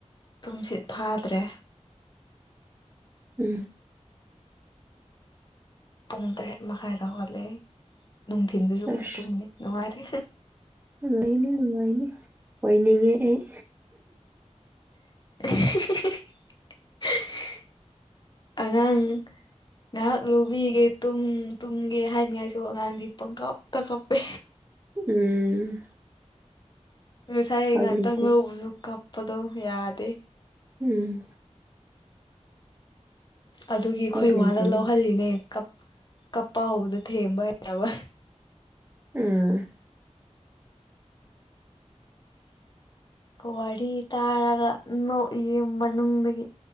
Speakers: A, on the left; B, on the right.
A: ꯇꯨꯝꯁꯤꯠ ꯐꯥꯗ꯭ꯔꯦ
B: ꯎꯝ
A: ꯄꯨꯡ ꯇꯔꯦꯠ ꯃꯈꯥꯏꯗ ꯍꯧꯒꯜꯂꯦ ꯅꯨꯡꯊꯤꯟꯗꯨꯁꯨ ꯑꯃꯨꯛ
B: ꯑꯁ
A: ꯊꯨꯝꯅꯤ ꯅꯨꯡꯉꯥꯏꯔꯦ
B: ꯅꯨꯡꯉꯥꯏꯅꯤ ꯅꯨꯡꯉꯥꯏꯅꯤ ꯑꯣꯏꯅꯤꯡꯉꯦ ꯑꯩ
A: <unintelligible>
B: <inaudible>
A: ꯑꯉꯥꯡ ꯉꯥꯏꯍꯥꯛ ꯂꯧꯕꯤꯒꯦ ꯇꯨꯝ ꯇꯨꯝꯒꯦ ꯍꯥꯏꯅꯤꯡꯉꯥꯏꯁꯨ ꯑꯉꯥꯡꯗꯤ ꯄꯪꯀꯞꯇ ꯀꯞꯄꯦ
B: ꯎꯝ
A: ꯉꯁꯥꯏ
B: ꯎꯄꯥꯏ
A: ꯉꯥꯛꯇꯪ
B: ꯂꯩꯇꯦ
A: ꯂꯧꯕꯁꯨ ꯀꯞꯄꯗꯣ ꯌꯥꯗꯦ
B: ꯎꯝ
A: ꯑꯗꯨꯒꯤ ꯑꯩꯈꯣꯏ
B: ꯎꯄꯥꯏ
A: ꯏꯃꯥꯗ
B: ꯂꯩꯇꯕꯅꯤ
A: ꯂꯧꯍꯜꯂꯤꯅꯦ ꯀꯞ ꯀꯞꯄꯥ ꯍꯧꯕꯗ ꯊꯦꯝꯕ ꯍꯩꯇ꯭ꯔꯕ
B: ꯑꯝ
A: ꯋꯥꯔꯤ ꯇꯥꯔꯒ ꯅꯣꯛꯏꯌꯦ ꯌꯨꯝ ꯃꯅꯨꯡꯗꯒꯤ